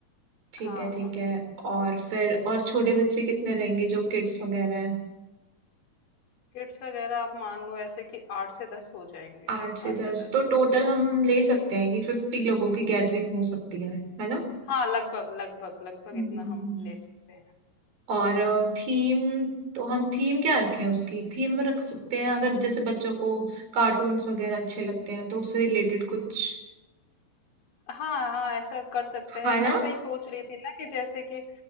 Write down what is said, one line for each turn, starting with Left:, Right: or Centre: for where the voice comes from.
Right: ठीक
Left: हाँ
Right: है ठीक
Left: हाँ
Right: है और फिर और छोटे बच्चे कितने रहेंगे जो किड्स वगैरह हैं
Left: किड्स वगैरह आप मान लो ऐसे कि आठ से दस हो जाएंगे
Right: आठ से
Left: आठ
Right: दस
Left: से दस
Right: तो टोटल हम ले सकते हैं कि फिफ्टी लोगों की गैदरिंग हो सकती है है ना
Left: हाँ लगभग लगभग लगभग
Right: हम्म
Left: इतना हम ले सकते हैं
Right: और थीम तो हम थीम क्या रखें उसकी थीम रख सकते हैं अगर जैसे बच्चों को कार्टून्स वगैरह अच्छे लगते हैं तो उससे रिलेटेड कुछ
Left: हाँ हाँ ऐसा कर सकते हैं
Right: है
Left: मैं
Right: ना
Left: वही सोच रही थी ना कि जैसे कि